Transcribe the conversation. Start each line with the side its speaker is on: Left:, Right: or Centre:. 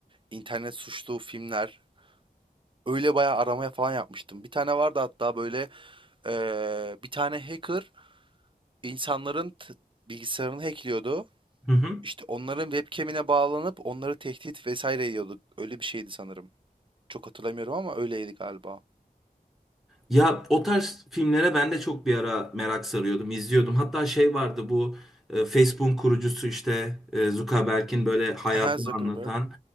Right: internet suçlu filmler. Öyle bayağı aramaya falan yapmıştım. Bir tane vardı hatta böyle eee, bir tane hacker insanların t- bilgisayarını hackliyordu.
Centre: Hı hı.
Right: İşte onların webcam'ine bağlanıp onları tehdit vesaire yiyorduk. Öyle bir şeydi sanırım. Çok hatırlamıyorum ama öyleydi galiba.
Centre: Ya o tarz filmlere ben de çok bir ara merak sarıyordum, izliyordum. Hatta şey vardı bu e, Facebook'un kurucusu işte e, Zuckerberg'in böyle hayatını
Right: Aha Zuckerberg.
Centre: anlatan.